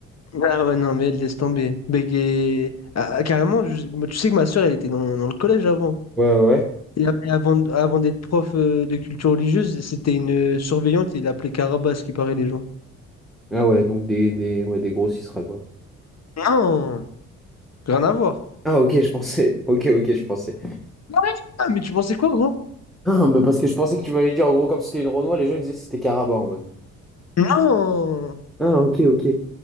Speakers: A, on the left (about 45°); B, in the centre.
A: Ah ouais, non, mais elle laisse tomber. Mais qu'est- ah, ah, carrément, je- moi, tu sais que ma soeur, elle était dans, dans le collège avant.
B: Ouais, ouais, ouais.
A: Et a- et avant, avant d'être prof euh, de culture religieuse, c'était une euh, surveillante et il l'appelait Caraba, à ce qui paraît, les gens.
B: Ah ouais, donc des, des, ouais, des gros sera quoi.
A: Non, rien à voir.
B: Ah ok, je pensais. <laughs> Ok, ok, je pensais.
A: Ah ouais Ah, mais tu pensais quoi, gros?
B: Ah, mais parce que je pensais que tu m'avais dit en gros, comme si c'était une Renoir, les gens ils disaient que c'était Caraba en mode.
A: Non,
B: Ah ok, ok.